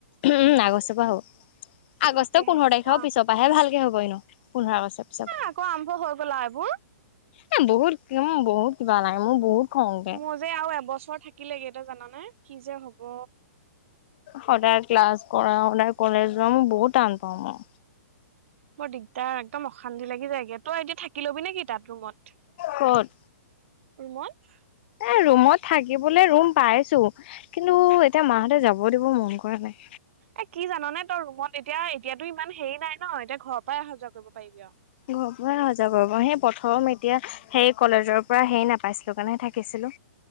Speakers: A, on the left; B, on the right.
A: উম, আগষ্টৰ পৰা হ'ব। আগষ্টৰ
B: তাকেহে
A: পোন্ধৰ তাৰিখৰ
B: অ
A: পিছৰ পৰাহে ভালকে হ'ব এনেও। পোন্ধৰ আগষ্টৰ পিছৰ পৰা।
B: আকৌ আৰম্ভ হৈ গ'ল আও এইবোৰ।
A: এ বহুত-বহু কিবা লাগে মোৰ বহুত খং উঠে।
B: মোৰ যে আৰু এবছৰ থাকিলেগে, তই জাননে কি যে হ'ব!
A: সদায় ক্লাছ কৰা, সদায় কলেজ যোৱা, মই বহুত টান পাওঁ মই।
B: মোৰ দিগদাৰ, একদম অশান্তি লাগি যায়গে, তই এতিয়া থাকি ল'বি নেকি তাত ৰুমত।
A: ক'ত?
B: ৰুমত?
A: এ ৰুমত থাকিবলে ৰুম পাইছো কিন্তু এতিয়া মাহঁতে যাব দিব মন কৰা নাই।
B: এ কি জানানে তই ৰুমত এতিয়া এতিয়াতো ইমান হেৰি নাই ন? এতিয়া ঘৰৰ পৰাই অহা যোৱা কৰিব পাৰিবি আৰু।
A: ঘৰ পৰাই আহা যোৱা কৰিম আৰু, সেই প্ৰথম এতিয়া সেই কলেজৰ পৰা হেই নাপাইছিলো কাৰণেহে থাকিছিলো।